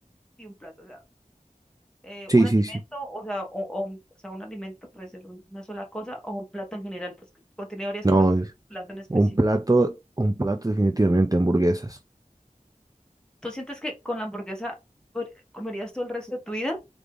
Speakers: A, in the centre; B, on the right.
A: Y un plato, o sea, eh,
B: sí,
A: un alimento,
B: sí, sí.
A: o sea, o, o un, o sea, un alimento puede ser un- una sola cosa o un plato en general, pues que contiene varias
B: No,
A: cosas, un
B: es
A: plato en específico.
B: un plato, un plato definitivamente hamburguesas.
A: ¿Tú sientes que con la hamburguesa pod- comerías todo el resto de tu vida?